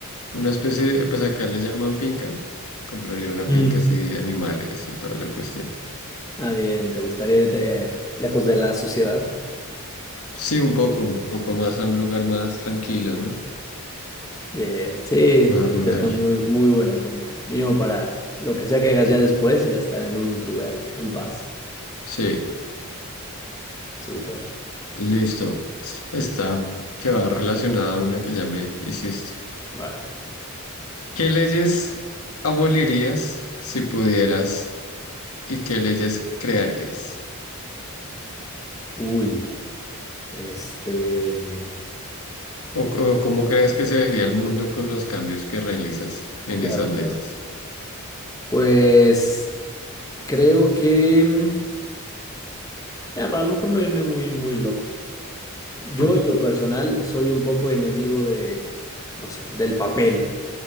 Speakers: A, on the left; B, on the left.
A: una especie de, pues acá le llaman finca, compraría una finca
B: Mm.
A: así
B: Ok.
A: de animales y toda la cuestión.
B: Ah, bien, ¿te gustaría irte lejos de la sociedad?
A: Sí, un poco, un poco más a un lugar más tranquilo, ¿no?
B: Bien, sí,
A: Más
B: creo
A: rural.
B: que sería una muy, muy buena compra. Mínimo para lo que sea que hagas ya después, ya estar en un lugar en paz.
A: Sí,
B: Súper.
A: listo. Está, que va relacionada a una que ya me hiciste.
B: Va.
A: ¿Qué leyes abolirías si pudieras y qué leyes crearías?
B: Uy. Este. mm,
A: ¿O, o cómo crees que se vería el mundo con los cambios que realizas en
B: Claro,
A: esas
B: claro.
A: leyes?
B: Pues. Creo que, mm, eh, para a lo mejor no irme muy, muy loco. Yo
A: Hmm,
B: en lo personal soy un poco enemigo de, no sé, del papel